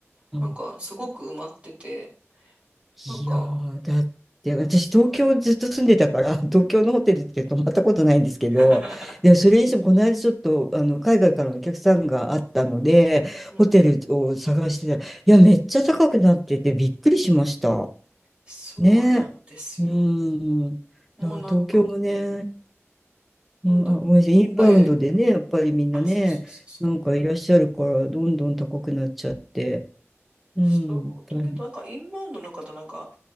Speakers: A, in the centre; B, on the right.
A: う。
B: なんかすごく埋まってて、なんか
A: いやー、だって私、
B: いっぱい。
A: 東京ずっと住んでたから、<laughs> 東京のホテルって泊まったことないんですけど、
B: <laughs>
A: でもそれにしても、この間ちょっとあの海外からのお客さんがあったので、
B: うん、
A: ホテルを探してたら、いや、めっちゃ高くなってて、びっくりしました。
B: そうなんですよ。
A: ね。うん。いや、
B: もうなんか、
A: 東京もね、うん、
B: なんだろう。
A: あ、ごめんなさい、インバウンドでね、
B: あ、いえいえ、
A: やっぱりみんなね、
B: あ、そうそうそう
A: なんかいらっしゃるから、どんどん高くなっちゃって。うん。
B: そう。
A: 大変
B: だけど、なんかインバウンドの方、なんか